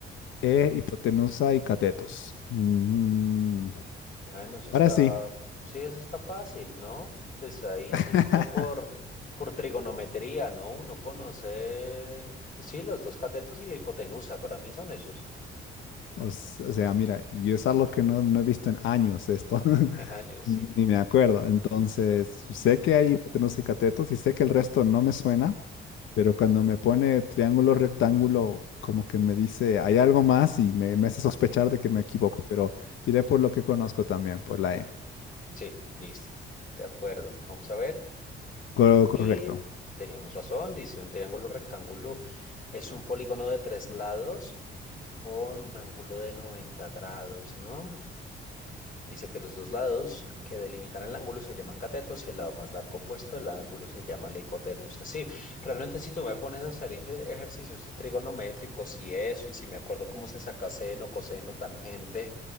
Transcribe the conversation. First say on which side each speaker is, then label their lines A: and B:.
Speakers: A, on the left (about 75°); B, on the left (about 40°).
A: E, hipotenusa y catetos. Mm,
B: Bueno, eso está,
A: ahora sí.
B: sí, eso está fácil, ¿no? Pues ahí
A: <laughs>
B: simple por, por trigonometría, ¿no? Uno conoce, sí, los dos catetos y la hipotenusa, para mí son esos.
A: O s- o sea, mira, yo es algo que no, no he visto en años esto. <laughs>
B: Ajá, yo sí.
A: Ni me acuerdo. Entonces, sé que hay hipotenusa y catetos y sé que el resto no me suena, pero cuando me pone triángulo, rectángulo, como que me dice, hay algo más y me, me hace sospechar de que me equivoco, pero iré por lo que conozco también, por la E.
B: Sí, listo. De acuerdo. Vamos a ver.
A: Co- correcto.
B: Y teníamos razón. Dice un triángulo rectángulo es un polígono de tres lados con un ángulo de 90 grados, ¿no? Dice que los dos lados que delimitan el ángulo se llaman catetos y el lado más largo opuesto del ángulo se llama la hipotenusa. Sí, realmente si tú me pones a hacer ej- ejercicios y trigonométricos y eso, y si me acuerdo cómo se saca seno, coseno, tangente